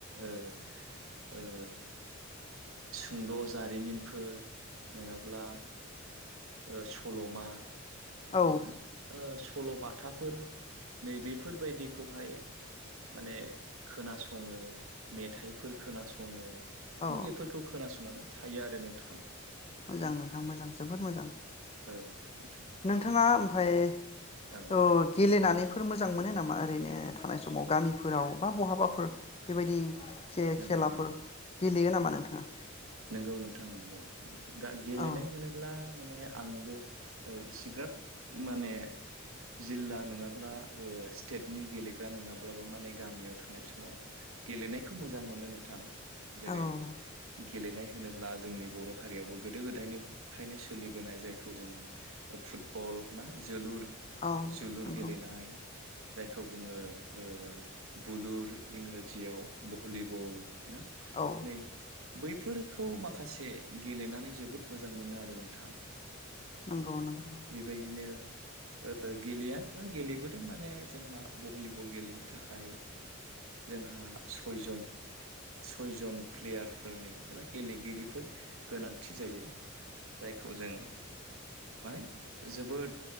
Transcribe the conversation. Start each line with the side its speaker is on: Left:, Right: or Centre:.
Right: ओ ओ सुंद' जारिमिनफोर नङाब्ला ओ सलमा
Left: औ
Right: एबा सल' बाथाफोर नैबेफोरबायदि बेखौहाय माने खोनासङो मेथाइफोर खोनासङो
Left: औ
Right: बेफोरखौ खोनासंनानै थायो आरो नोंथां
Left: मोजां नोंथां मोजां जोबोद मोजां
Right: औ नोंथां
Left: नोंथाङा ओमफाय
Right: औ नोंथां
Left: अ गेलेनानैफोर मोजां मोनो नामा ओरैनो
Right: ओरैनो
Left: थानाय समाव गामिफोराव
Right: थानाय समाव
Left: बा
Right: गामिफोराव
Left: बहाबाफोर बेबायदि खे-
Right: नंगौ
Left: खेलाफोर गेलेयो नामा नोंथाङा?
Right: नोंगौ नोंथां नोंगौ गेलेनाय
Left: औ
Right: होनोब्ला माने आंबो इसेग्राब माने जिल्ला नङाब्ला ओ स्टेटनि गेलेग्रा नङाब्लाबो माने गामियाव थानाय समाव गेलेनायखौ मोजां मोनो नोंथां जेरै
Left: औ
Right: गेलेनाय होनोब्ला जोंनि बर हारियावबो गोदो गोदायनिफ्रायनो सोलिबोनाय जायखौ जों फुटबल ना जोलुर
Left: औ
Right: जोलुर
Left: नंगौ
Right: गेलेनाय जायखौ बुङो ओ बुलुर इंराजियाव भलिबल ना
Left: औ
Right: नै बैफोरखौ माखासे गेलेनानै जोबोद मोजां मोनो आरो नोंथां
Left: नंगौ नंगौ
Right: बेबायदिनो ओ गेलेया नङा गेलेबोदों माने जोंहा भलिबल गेलेनो थाखाय जोंहा सयजन सयजन प्लेयार फोरनि एबा गेलेगिरिफोर गोनांथि जायो जायखौ जों माने जोबोद